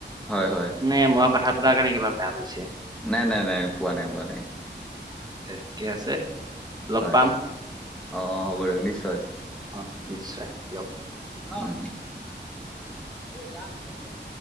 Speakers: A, in the centre; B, on the right.
A: হয় হয়।
B: নে মই কথা পতাৰ কাৰণে কিবা বেয়া পাইছে।
A: নাই নাই নাই পোৱা নাই পোৱা নাই।
B: তে ঠিকে আছে। লগ
A: হয়
B: পাম
A: অ', অ', হ'ব দিয়ক নিশ্চয়।
B: অ', নিশ্চয় দিয়ক।
A: অ', এই গান ম মই